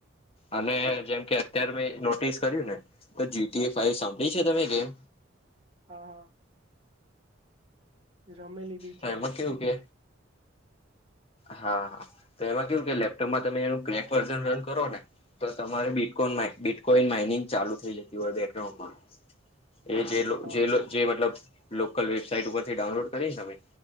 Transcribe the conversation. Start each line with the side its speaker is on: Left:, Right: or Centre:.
Left: અને જેમ કે, અત્યારે મેં નોટિસ કર્યું ને, તો જીટીએ ફાઈવ સાંભળી છે તમે ગેમ?
Right: હા હા. રમેલી. બી
Left: હા,
Right: છે
Left: એમાં કેવું કે હા હા, તો એમાં કેવું કે લેપટોપમાં તમે એનું ક્રેક વર્ઝન રન કરો ને. તો તમારે બીટકોન બિટકોઈન માઇનિંગ ચાલુ થઈ જતી હોય બેકગ્રાઉન્ડમાં. એ
Right: હા
Left: જે મતલબ લોકલ વેબસાાઈટ ઉપરથી ડાઉનલોડ કરીને તમે